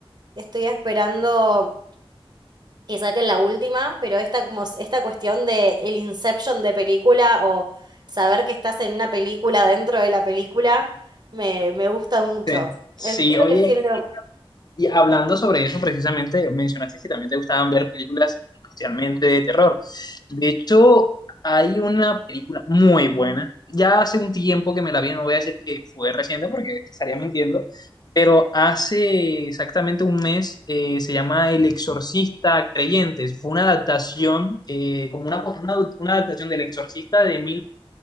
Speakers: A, on the right; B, on the left.
A: Estoy esperando que saquen la última, pero esta, como s- esta cuestión de el inception de película o saber que estás en una película dentro de la película, me, me gusta mucho.
B: sí, sí,
A: El tuyo
B: oye,
A: que género.
B: Y hablando sobre eso, precisamente mencionaste que también te gustaban ver películas especialmente de terror. De hecho, hay una película muy buena. Ya hace un tiempo que me la vi, no voy a decir que fue reciente porque te estaría mintiendo, pero hace exactamente un mes eh, se llama El Exorcista Creyentes. Fue una adaptación, eh, como una, una, una adaptación del Exorcista de